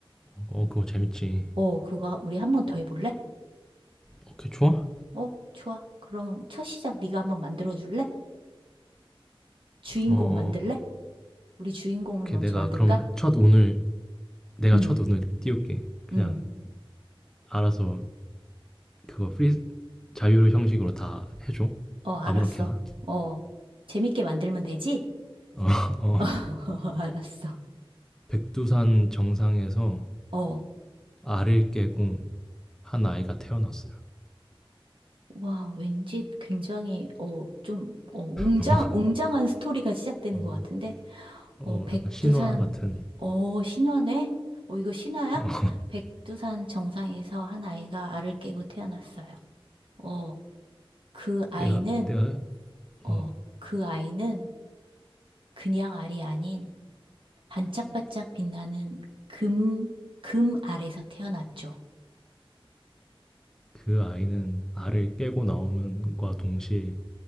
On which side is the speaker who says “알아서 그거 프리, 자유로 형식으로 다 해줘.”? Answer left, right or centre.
Centre